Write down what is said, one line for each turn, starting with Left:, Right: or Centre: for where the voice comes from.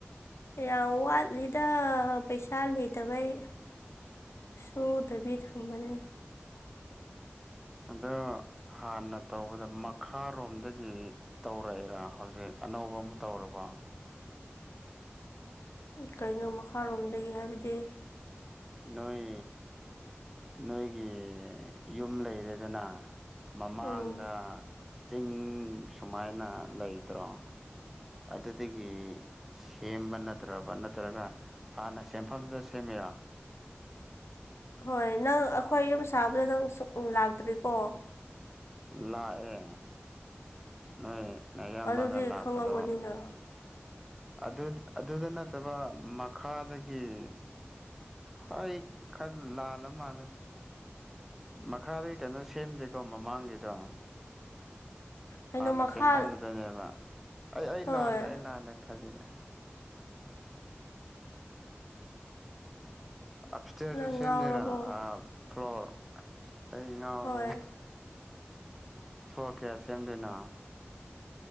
Left: ꯌꯥꯝ ꯋꯥꯠꯂꯤꯗ ꯄꯩꯁꯥ ꯂꯤꯇꯕꯩ ꯁꯣꯗꯕꯤ ꯊꯥꯡꯕꯅꯦ
Centre: ꯑꯗꯣ ꯍꯥꯟꯅ ꯇꯧꯕꯗ ꯃꯈꯥꯔꯣꯝꯗꯒꯤ ꯇꯧꯔꯛꯏꯔꯥ ꯍꯧꯖꯤꯛ ꯑꯅꯧꯕ ꯑꯃ ꯇꯧꯔꯕ
Left: ꯀꯩꯅꯣ ꯃꯈꯥꯔꯣꯝꯗꯒꯤ ꯍꯥꯏꯕꯗꯤ
Centre: ꯅꯣꯏ ꯅꯣꯏꯒꯤ ꯌꯨꯝ ꯂꯩꯔꯦꯗꯅ ꯃꯃꯥꯡꯗ
Left: ꯎꯝ
Centre: ꯆꯤꯡ ꯁꯨꯃꯥꯏꯅ ꯂꯩꯇ꯭ꯔꯣ ꯑꯗꯨꯗꯒꯤ ꯁꯦꯝꯕ ꯅꯠꯇ꯭ꯔꯕ ꯅꯠꯇ꯭ꯔꯒ ꯍꯥꯟꯅ ꯁꯦꯝꯦꯟꯐꯝꯗꯨꯗ ꯁꯦꯝꯃꯤꯔ
Left: ꯍꯣꯏ ꯅꯪ ꯑꯩꯈꯣꯏ ꯌꯨꯝ ꯁꯥꯕꯗ ꯅꯪ ꯁ ꯂꯥꯛꯇ꯭ꯔꯤꯀꯣ
Centre: ꯂꯥꯛ ꯑꯦ ꯅꯣꯏ ꯅ ꯑꯌꯥꯝꯕꯒ
Left: ꯑꯗꯨꯗꯤ
Centre: ꯂꯥꯛꯄꯗꯣ
Left: ꯈꯪꯉꯝꯒꯅꯤꯅ
Centre: ꯑꯗꯨ ꯑꯗꯨꯗ ꯅꯠꯇꯕ ꯃꯈꯥꯗꯒꯤ ꯑꯩ ꯈꯔ ꯂꯥꯜꯂ ꯆꯞ ꯃꯥꯥꯟꯂꯦ ꯃꯈꯥꯗ ꯀꯩꯅꯣ ꯁꯦꯝꯗꯦꯀꯣ ꯃꯃꯥꯡꯒꯤꯗꯣ
Left: ꯀꯩꯅꯣ
Centre: ꯍꯥꯟꯅ
Left: ꯃꯈꯥ
Centre: ꯁꯦꯝꯦꯟꯐꯝꯗꯨꯗꯅꯦꯕ ꯑꯩ ꯑꯩ
Left: ꯍꯣꯏ
Centre: ꯂꯥꯜꯂꯦ ꯑꯩ ꯂꯥꯜꯂꯦ ꯈꯖꯤꯅꯦ ꯑ ꯐꯤꯇꯁꯨ
Left: ꯅꯪ
Centre: ꯁꯦꯝꯗꯦꯔꯥ
Left: ꯉꯥꯎꯔꯕꯣ
Centre: ꯐ꯭ꯂꯣꯔ ꯑꯩ ꯉꯥꯎꯅꯦ
Left: ꯍꯣꯏ
Centre: ꯁꯣꯛ ꯀꯌꯥ ꯁꯦꯝꯗꯣꯏꯅꯣ